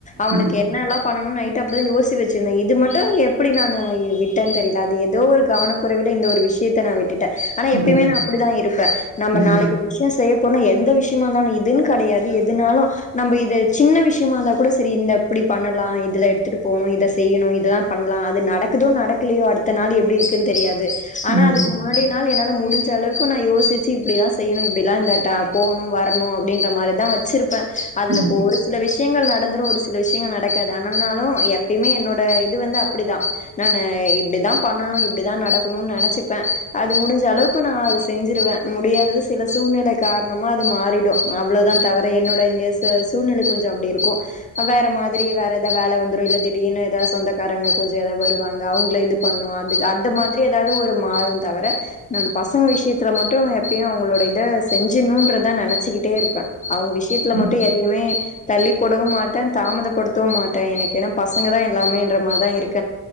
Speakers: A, on the left; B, on the right.
A: அவனுக்கு
B: ம்
A: என்னெல்லா பண்ணணு நைட்டு அப்டிதா யோசி வச்சிருந்தே இது மட்டு எப்டி நானு விட் டேனு தெரில அது ஏதோ ஒரு கவனக்குறைவில இந்த ஒரு விஷயத்த நா விட்டுட்டே ஆனா எப்பயுமே
B: ம்
A: நா அப்படிதா இருப்பே நம்ம
B: ம்
A: நாளைக்கு ஒரு விஷயோ செய்ய போனா எந்த விஷயமா இருந்தாலு இதுன்னு கெடையாது எதுனாலு நம்ப இத சின்ன விஷயமா இருந்தா கூட சரி இந்த இப்டி பண்ணலா இதுல எடுத்துட்டு போணு இத செய்யணு இதலா பண்ணலாம் அது நடக்குதோ நடக்கலையோ அடுத்த நாள் எப்டி இருக்குன்னு தெரியாது ஆனா
B: ம்
A: அதுக்கு முன்னாடி நாள் என்னால முடிஞ்ச அளவுக்கு நான் யோசிச்சு இப்டிலல்ல செய்யணும் இப்டிலாம் இந்த ட போகணும் வரணும் அப்டின்ற மாதிரி தான் வச்சிருப்பேன் அதுல
B: ம்
A: ஒரு சில விஷயங்கள் நடந்துரும் ஒரு சில விஷயங்கள் நடக்காது ஆனனாலும் எப்பயுமே என்னோட இது வந்து அப்டிதான் நானு இப்டிதான் பண்ணணும் இப்டிதான் நடக்கணும்னு நினைச்சிப்பேன் அது முடிஞ்ச அளவுக்கு நான் அத செஞ்சிருவேன் முடியாது சில சூழ்நிலை காரணமா அது மாறி டும் அவ்ளோதான் தவிர என்னோட இந்த சூழ்நிலை கொஞ்சம் அப்டி இருக்கும் வேற மாதிரி வேற ஏதாவ் வேல வந்துரும் இல்ல திடீன்னும் ஏதாவது சொந்தக்காரங்க கொஞ்சம் ஏதாவ் வருவாங் க அவங்கள இது பண்ணும் அதுக்கு அந்த மாதிரி ஏதாவ்து ஒரு மாறும் தவிர நான் பசங்க விஷயத்துல மட்டும் எப்பயும் அவங்களோட இத செஞ்சணும்ன்றதான் நெனைச்சுகிட்டே இருப்பே அவுங்க விஷயத்துல
B: ம்
A: மட்டும் எதையுமே தள்ளி போடவும் மாட்டேன் தாமதப்படுத்தவும் மாட்டேன் எனக்கு ஏன்னா பசங்க தான் இல்லாமேன்ற மாரி தான் இருக்